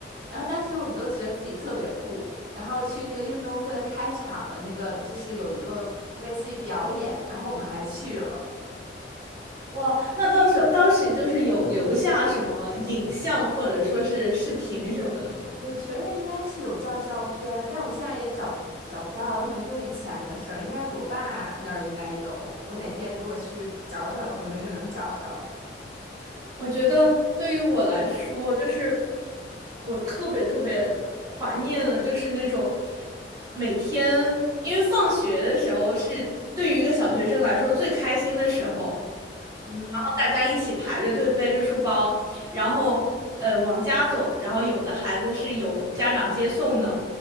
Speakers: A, on the right; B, on the right.
A: 然后当时我们都觉得自己特别酷，然后去那个运动会的开场的那个，就是有一个类似于表演，然后我们还去了。
B: 哇，那到时候当时就是有留下什么影像或者说是视频什么的吗？
A: 我觉得应该是有照照片，但我现在也找不找不到，都很久以前的事儿。应该我爸那儿应该有，我哪天如果去找找的话，没准能找着。
B: 我觉得对于我来说，就是我特别特别怀念的，就是那种每天，因为放学的时候是对于一个小学生来说最开心的时候。
A: 嗯
B: 大家一起排着队背着书包，然后呃往家走，然后有的孩子是有家长接送的，